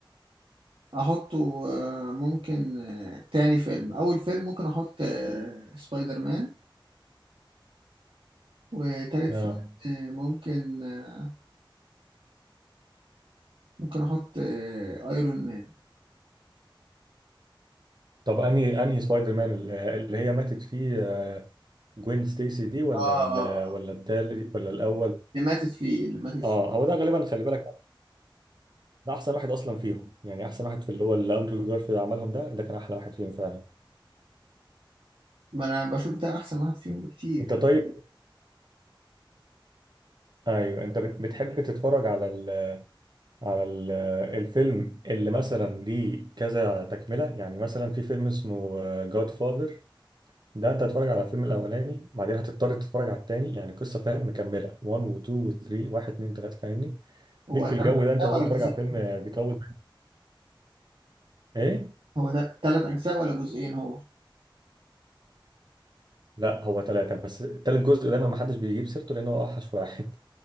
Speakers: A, on the right (about 80°); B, on the right (about 55°).
A: احطه آه، ممكن آه، تاني فيلم اول فيلم ممكن احط آه، سبايدر مان وتالت
B: آه.
A: فيلم آه، ممكن آه، ممكن احط آه، ايرون مان
B: طب أنهي أنهي سبايدر مان اللي اللي هي ماتت فيه آه، جوين ستيسي دي ولا
A: اه
B: ال-
A: اه آه.
B: ولا التالت ولا الأول
A: اللي ماتت فيه اللي ماتت
B: اه
A: فيه
B: هو ده غالبا خلي بالك ده احسن واحد اصلا فيهم يعني احسن واحد في اللي هو اللي اندرو جارفيلد عملهم ده ده كان احلى واحد فيهم فعلا
A: ما انا بشوف ده احسن واحد فيهم بكتير
B: انت طيب ايوه انت بت- بتحب تتفرج على ال على ال الفيلم اللي مثلا ليه كذا تكمله يعني مثلا في فيلم اسمه جاد فاذر ده انت هتتفرج على الفيلم الاولاني بعدين هتضطر تتفرج على التاني يعني قصه فاهم مكمله 1 و 2 و 3 1 2 3 فاهمني
A: هو
B: ليك
A: ثلاث
B: في الجو
A: أجزاء
B: ده انت تقعد
A: ولا
B: تتفرج
A: جزئين
B: على فيلم بيطول ايه
A: هو ثلاث أجزاء ولا جزئين هو
B: لا هو ثلاثه بس ثالث جزء دايما ما حدش بيجيب سيرته لان هو اوحش واحد